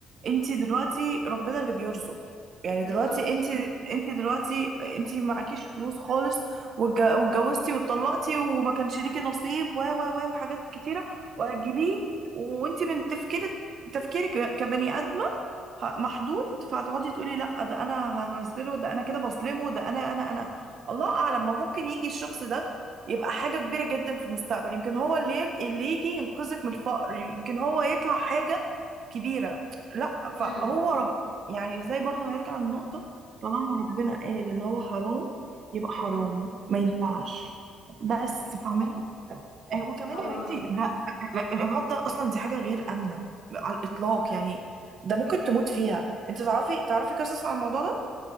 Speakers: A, on the right; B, on the left.
A: انت دلوقتي ربنا اللي بيرزق يعني
B: بالظبط
A: دلوقتي انت انت دلوقتي انت معكيش فلوس خالص واتج- واتجوزتي واتطلقتي وما كانش ليكي نصيب و و و وحاجات كتيره وهتجيبيه وانت من تفكيرك تفكيرك كبني ادمه ه- محدود فهتقعدي تقولي لا ده انا هنزله ده انا كده بظلمه ده انا انا انا الله اعلم ما ممكن يجي الشخص ده يبقى حاجة كبيرة جدا في المستقبل يمكن هو اللي يج- اللي يجي ينقذك من الفقر يمكن هو يطلع حاجة كبيرة لا
B: امم
A: فهو رب يعني زي برضه هيرجع للنقطة طالما ربنا قال ان هو حرام يبقى حرام
B: امم
A: ما ينفعش بس فاهماني آه، وكمان
B: هو
A: يا بنتي لا لا، الاجهاض ده اصلا دي حاجه غير امنه على الاطلاق يعني ده ممكن تموت فيها انت تعرفي تعرفي قصص عن الموضوع ده